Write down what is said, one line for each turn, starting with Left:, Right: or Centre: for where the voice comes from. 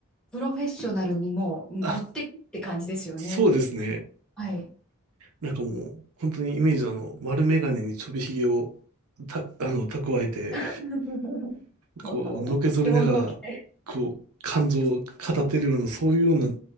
Centre: プロフェッショナルにもう持ってくって感じですよね。
Right: あ、そうですね。
Centre: はい。
Right: なんかもう、本当にイメージあの、丸眼鏡にちょびひげをた、あの、蓄えて、
Centre: <laughs>
Right: こう、のけぞりながら、
Centre: 着物を着て。
Right: こう、感情を語ってるような、そういうような